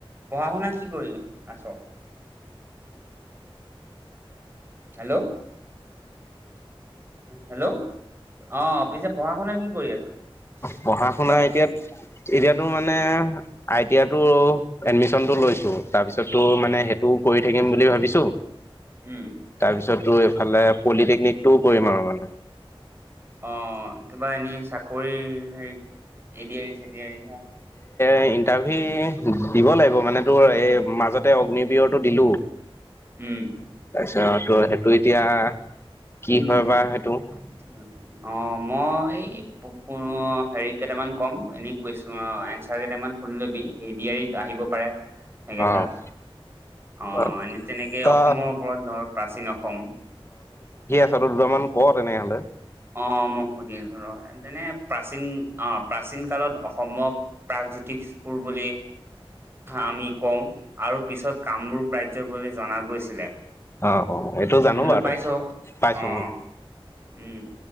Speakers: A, on the right (about 25°); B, on the left (about 25°).
A: পঢ়া শুনা কি কৰি আছ। হেল্ল, হেল্ল অ পিছে পঢ়া শুনা কি কৰি আছ
B: পঢ়া
A: কিবা,
B: শুনা এতিয়া এতিয়াতো মানে আই টি আই তো এডমিশ্যন টো লৈছো তাৰপিছতটো মানে সেইটো কৰি থাকিম বুলি ভাবিছো
A: উম
B: তাৰ পিছতো এইফালে পলিটেকনিক টোও কৰিম আৰু <inaudible>
A: অ কিবা এনেই চাকৰি হে এ দি আৰ ই চে দি আৰ ই
B: ইণ্টাৰভি দিবা লাগিব মানে তোৰ এই মাজতে অগ্নিবয়ৰটো দিলো।
A: উম
B: তাৰপিছত তো সেইটো এতিয়া কি
A: উম,
B: হয় বা সেইটো
A: হম, অ' মই এই অ' হেৰি কেইটামান কম এনেই কুৱেশনৰ এনচাৰ কেইটামান সুনি ল'বি এ দি আৰ ইত। আহিব পাৰে সেইকেইটা।
B: অ'।
A: অহ,
B: অ',
A: এনে তেনেকে
B: তই
A: অসমৰ ওপৰত ধৰ প্ৰাচীন অসম।
B: সেইদুতা দুটামান ক তেনেহলে।
A: অ' মে সুধি আছোঁ ৰ তেনে প্ৰাচীন অ প্ৰাচীন কালত অসমক প্ৰা জ্যোতিষপুৰ বুলি আমি কওঁ আৰু পিছত কামৰূপ ৰাজ্য বুলি জনা গৈছিলে।
B: অ-অ এইটো জানো
A: এইটোতো
B: বাৰু
A: পাইছ
B: তে পাইছো
A: অ',
B: উম।
A: উম